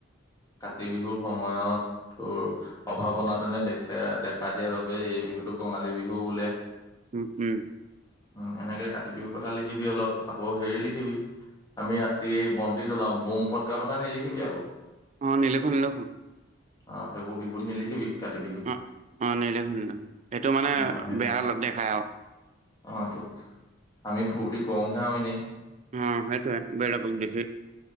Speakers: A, on the left; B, on the right.
A: কাতি বিহুৰ সময়ত অভাৱ অনাটনে দেখা দেখা দিয়াৰ বাবে এই বিহুটো কঙালী বিহু বোলে।
B: উম উম।
A: উম এনেকে কাতি বিহুৰ কথা লিখিবি অলপ আকৌ হেৰি লিখিবি আমি ৰাতি বন্তি জ্বলাওঁ বোম পটকা কথা নিলিখিবি আকৌ
B: অ নিলখো নিলখো।
A: অ সেইবোৰ বিহুত নিলিখিবি কাতি বিহুত
B: অ অ নদখুন সেইটো মানে
A: অ সেই
B: বেয়া দেখাই আৰু
A: অ তটো আমি ফূৰ্তি কৰোহে অ এনে
B: অ সেইটোৱে বেলেকক দেখি।